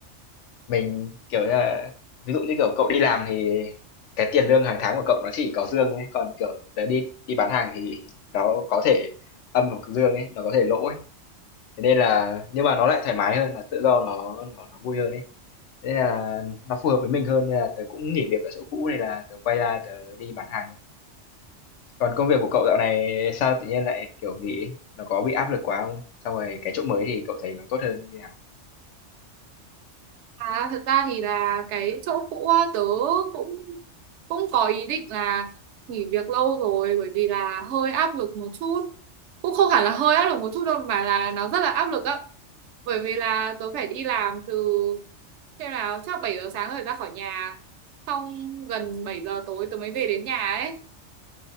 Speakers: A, on the left (about 75°); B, on the right (about 75°).
A: mình kiểu như là ví dụ như kiểu cậu đi làm thì cái tiền lương hàng tháng của cậu nó chỉ có dương ấy, còn kiểu tớ đi đi bán hàng thì nó có thể âm hoặc dương ấy, nó có thể lỗ ấy. Thế nên là nhưng mà nó lại thoải mái hơn, là tự do nó nó nó vui hơn ấy. Thế là nó phù hợp với mình hơn nên là tớ cũng nghỉ việc ở chỗ cũ này là tớ quay ra tớ đi bán hàng thôi. Còn công việc của cậu dạo này sao tự nhiên lại kiểu nghỉ? Nó có bị áp lực quá không? Xong rồi cái chỗ mới thì cậu thấy nó tốt hơn như nào?
B: À, thật ra thì là cái chỗ cũ á, tớ cũng cũng có ý định là nghỉ việc lâu rồi bởi vì là hơi áp lực một chút cũng không hẳn là hơi áp lực một chút đâu mà là nó rất là áp lực á bởi vì là tớ phải đi làm từ xem nào chắc 7 giờ sáng rồi ra khỏi nhà xong gần 7 giờ tối tớ mới về đến nhà ấy